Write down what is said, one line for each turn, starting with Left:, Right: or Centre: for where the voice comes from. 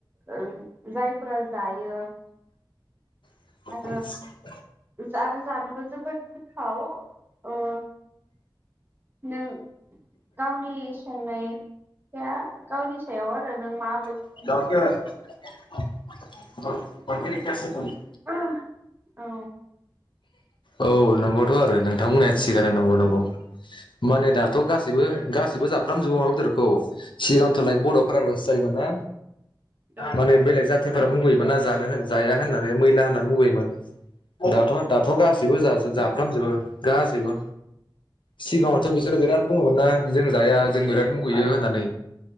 Right: ओ जायफोरा जायो
Left: <inaudible>
Right: आरो <unintelligible> आरो जानोबो जोबोद गोथाव ओ नों गावनि संनाय ख्रैया गावनि सायाव आरो नों मा
Left: <unintelligible> <unintelligible>
Right: अ औ
Left: औ नंगौथ' आरो नोंथां बुंनाया थिगानो नंगौ नंगौ माने दाथ' गासैबो गाैबो जाफ्रामजोबो अमा बेदरखौ। सिगांथ' लाइक बर'फोराल' जायोमोना
Right: औ
Left: माने बेलेग जा थिफोरा मुगैयोमोन जानो जाया होननानै मैला होनना मुगैयोमोन। दाथ' दाथ' गासैबो जाजोब जाफ्रामजोबो गासैबो सिगाङावथ' बिसोरो बिराद बुङोमोन ना जों जाया जों बिराद मुगैयो होननानै